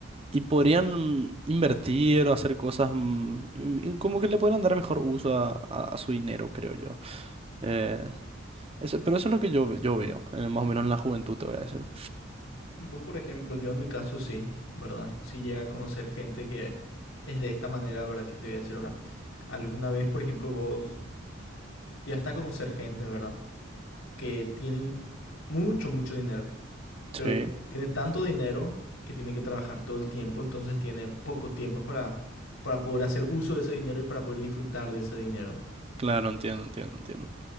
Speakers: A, on the right (about 30°); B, on the left (about 85°).
A: y podrían invertir o hacer cosas, mm, y- y como que le podrían dar mejor uso a, a a su dinero, creo yo. Eh, eso, pero eso es lo que yo, ve- yo veo, eh, más o menos en la juventud, te voy a decir. ¿no?
B: Y vos, por ejemplo, yo en mi caso sí, ¿verdad? Si llega a conocer gente que es de esta manera, ¿verdad? Que te voy a decir ahora. Alguna vez, por ejemplo, vos ya está a conocer gente, ¿verdad? Que tiene mucho, mucho dinero.
A: Sí,
B: pero tiene tanto dinero que tiene que trabajar todo el tiempo, entonces tiene poco tiempo para, para poder hacer uso de ese dinero y para poder disfrutar de ese dinero.
A: claro, entiendo, entiendo, entiendo.